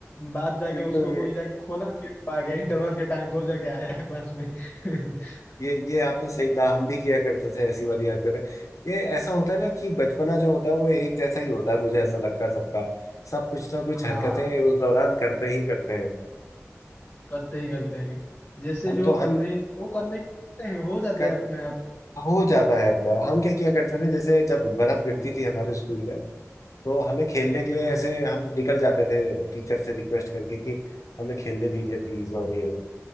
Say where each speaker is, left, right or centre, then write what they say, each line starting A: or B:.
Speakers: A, on the left; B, on the left.
A: बाद जाके
B: बिल्कुल
A: उसको कोई जाके खोला फिर पा गया इंटरवल के टाइम पे वो जाके आया क्लास में <laughs>
B: ये ये आपने सही कहा हम भी किया करते थे ऐसी वाली हरकतें ये ऐसा होता है ना कि बचपना जो होता है वो एक जैसा ही होता है मुझे ऐसा लगता है सबका सब कुछ ना कुछ
A: हाँ
B: हरकतें उस दौरान करते ही करते हैं
A: करते ही करते हैं जैसे
B: हम
A: भी वो
B: तो हम
A: करने वो करने ही करते हैं हो जाते
B: कर,
A: हैं अपने आप
B: हो जाता है अपना हम क्या किया करते थे जैसे जब बर्फ गिरती थी हमारे स्कूल में तो हमें खेलने के लिए
A: हाँ
B: ऐसे हम निकल जाते थे टीचर से रिक्वेस्ट करके कि हमें खेलने दीजिए प्लीज और ये वो।